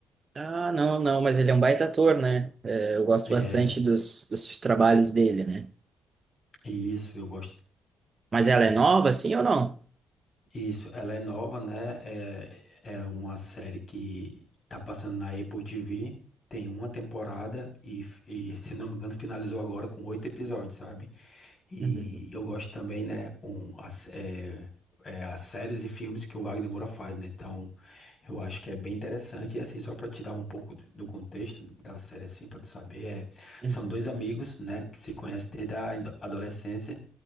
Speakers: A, on the right; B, on the left.
A: Ah, não, não, mas ele é um baita ator, né? É, eu gosto
B: É
A: bastante dos, dos trabalhos dele, né?
B: isso, eu gosto.
A: Mas
B: Uhum.
A: ela é nova, assim ou não?
B: Isso, ela é nova, né? É, é uma série que tá passando na Apple TV. Tem uma temporada e, e, se não me engano, finalizou agora com oito episódios, sabe? E
A: Uhum,
B: eu gosto também, né? Um, as, é, é, as séries e filmes que o Wagner Moura faz, né? Então, eu acho que é bem interessante. E assim, só para te dar um pouco do do contexto da série, assim, para tu saber, é,
A: uhum,
B: são dois amigos, né? Que se conhecem desde a indo- adolescência